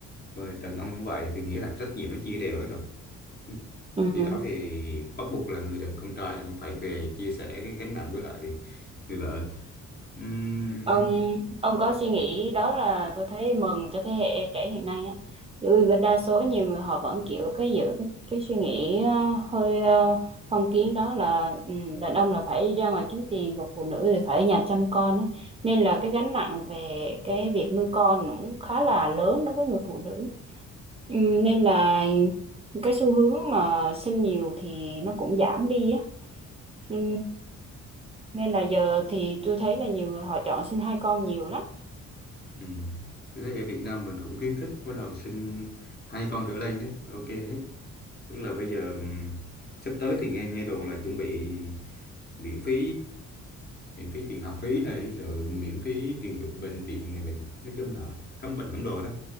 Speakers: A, on the left; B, on the right.
A: rồi đàn ông cũng vậy thì nghĩa là trách nhiệm nó chia đều hết rồi Ừ.
B: ừ
A: khi
B: ừ.
A: đó thì bắt buộc là người đàn con trai là cũng phải về chia sẻ cái gánh nặng với lại người vợ Ừm,
B: ông ông có suy nghĩ đó là tôi thấy mừng cho thế hệ trẻ hiện nay á bởi vì đa số nhiều người họ vẫn kiểu cái giữ cái cái suy nghĩ ờ, hơi ờ, phong kiến đó là ừ, đàn ông là phải đi ra ngoài kiếm tiền còn phụ nữ thì phải ở nhà chăm con á nên là cái gánh nặng về cái việc nuôi con cũng khá là lớn đối với người phụ nữ Ừ, nên là cái xu hướng mà sinh nhiều thì nó cũng giảm đi á Ừ, nên là giờ thì tôi thấy là nhiều người họ chọn sinh hai con nhiều lắm
A: Ừ. Tôi thấy ở Việt Nam mình cũng khuyến khích bắt đầu sinh hai con trở lên đấy, ok hết. Tức là bây giờ ừm, sắp tới thì nghe nghe đồn là chuẩn bị miễn phí miễn phí tiền học phí này rồi miễn phí tiền bệnh bệnh viện này mình nói chung là khám bệnh khám đồ đó.